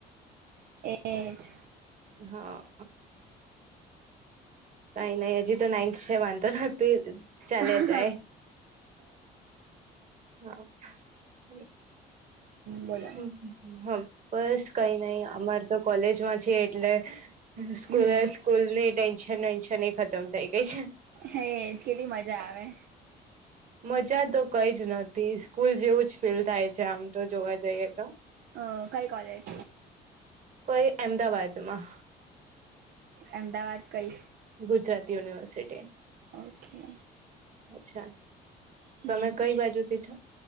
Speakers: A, on the right; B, on the right.
A: એજ-
B: હા- કઈ નહી હજી તો નાઇન્થ છે વાંધો નથીહોતી ચલેયા
A: હવ
B: જાય. હા <unintelligible>
A: બોલો.
B: હમ બસ કઈ નહ અમારે તો કોલેજમાં છે એટલે સ્કૂલ
A: હમ
B: સ્કૂલ ની ટેન્શન વેન્શન એ ખતમ થઇ ગઈ છે.
A: હેજ કેટલી મજા આવે.
B: મજા તો કઈ જ નતી સ્કૂલ જેવું જ ફીલ થાય છે આમ તો જોવા જઈએ તો
A: અ કઈ કોલેજ?
B: કોઈ અમદાવાદ માં.
A: અમદાવાદ કઈ?
B: ગુજરાત યુનિવર્સિટી.
A: ઓકે.
B: અચ્છા
A: હમ
B: તમે કઈ બાજુથી છો?